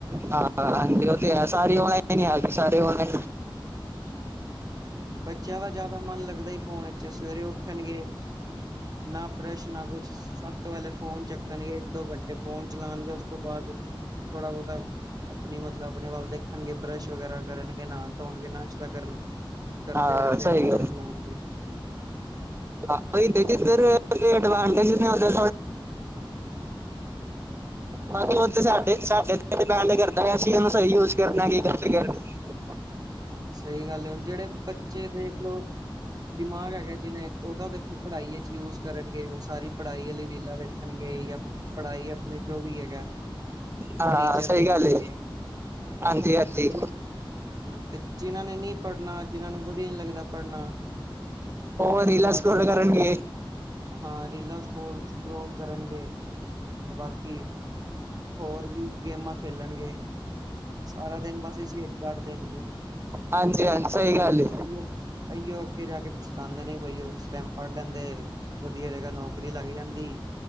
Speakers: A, on the right (about 25°); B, on the right (about 45°).
A: ਹਾਂ ਹਾਂ ਉਹ ਤੇ ਹੈ, ਸਾਰੀ ਔਨਾ ਨੇ ਲਿਆਣੀ, ਸਾਰੀ ਔਨਾ
B: ਬੱਚਿਆਂ ਦਾ ਜ਼ਿਆਦਾ ਮਨ ਲੱਗਦਾ ਹੀ ਫੋਨ ਵਿਚ ਏ, ਸਵੇਰੇ ਉੱਠਣਗੇ ਨਾ ਬਰੱਸ਼, ਨਾ ਕੁਛ, ਸਭ ਤੋਂ ਪਹਿਲੇ ਫੋਨ ਚੱਕਣਗੇ, ਇੱਕ ਦੋ ਘੰਟੇ ਫੋਨ ਚਲਾਉਣਗੇ, ਉਸ ਤੋਂ ਬਾਅਦ ਥੋੜਾ ਬਹੁਤਾ, ਆਪਣੀ ਮਤਲਬ ਆਪਣੇ ਵੱਲ ਦੇਖਣਗੇ, ਬਰੱਸ਼ ਵਗੈਰਾ ਕਰਨਗੇ, ਨਹਾਉਣ ਧੋਣਗੇ, ਨਾਸ਼ਤਾ ਕਰਨ ਕਰਦੇ
A: ਹਾਂ
B: ਹੋਏ, ਫੇਰ
A: ਸਹੀ
B: ਫੋਨ ਚਲਾਉਣਗੇ।
A: ਹ ਚ ਇਧਰਵ ਨੇ <inaudible>
B: ਹਾਂ,
A: ਕਾਫੀ ਉਹ ਤੇ ਸਾਡੇ, ਸਾਡੇੇ ਪੈ ਨਾਲ ਦੇ ਘਰ। ਐ ਅਸੀ ਔਨੂੰ ਸਹੀ ਯੂਜ ਕਰਨਾ, ਠੀਕ ਹੈ ਜਿੰਧਰ ਵੀ।
B: ਹਾਂ ਸਹੀ ਗੱਲ ਹੈ, ਹੁਣ ਜਿਹੜੇ ਬੱਚੇ ਦੇਖ ਲੋ, ਦਿਮਾਗ ਹੈਗਾ ਜਿਨਾ ਚ, ਔ ਉਹ ਦੇਖੋ ਪੜ੍ਹਾਈ ਵਿੱਚ ਯੂਜ ਕਰਨਗੇ ਉਹ ਸਾਰੀ ਪੜ੍ਹਾਈ ਵਾਲੀ ਰੀਲਾਂ ਵੇਖਣਗੇ ਜਾਂ ਪੜ੍ਹਾਈ ਆਪਣੇ ਜੋ ਉਹ ਵੀ ਹੈਗਾ।
A: ਹਾਂ
B: ਟੀਚਰ
A: ਸਹੀ
B: ਦੇਖਣਗੇ
A: ਗੱਲ, ਹਾਂਜੀ-ਹਾਂਜੀ।
B: ਤੇ ਜੇ ਹਾਂ ਤੇ ਜਿਨਾਂ ਨੇ ਨਹੀਂ ਪੜ੍ਹਨਾ ਜਿਨਾਂ ਨੂੰ ਵਧੀਆ ਨਹੀਂ ਲੱਗਦਾ ਪੜ੍ਹਨਾ,
A: ਹੋ ਰਿਲਾਕਸ
B: ਬਸ
A: ਪੀਰੲਿਡ
B: ਉਹ ਤਾਂ
A: ਕਰਨ
B: ਫੇਰ
A: ਗੇ।
B: ਹਾਂ ਰੀਲਾਂ ਸਕੋ ਸਕਰੋਲ ਕਰਨਗੇ ਤੇ ਬਾਕੀ। ਹੋਰ ਵੀ ਗੇਮਾਂ ਖੇਲਣਗੇ ਸਾਰਾ ਦਿਨ ਬਸ ਹੀ ਸੇਠ ਕੱਢ ਦੇਣਗੇ
A: ਹਾਂਜੀ ਹਾਂ ਸਹੀ ਗੱਲ ਏ।
B: ਅਈਓ ਅਈਓ ਅੱਗੇ ਜਾ ਕੇ ਪਛਤਾਉਂਦੇ ਨੇ ਬਈ ਉਹ ਸਟੈਂਪ ਪੜ੍ਹ ਲੈਂਦੇ ਵਧੀਆ ਜਗ੍ਹਾ ਨੌਕਰੀ ਲੱਗ ਜਾਂਦੀ।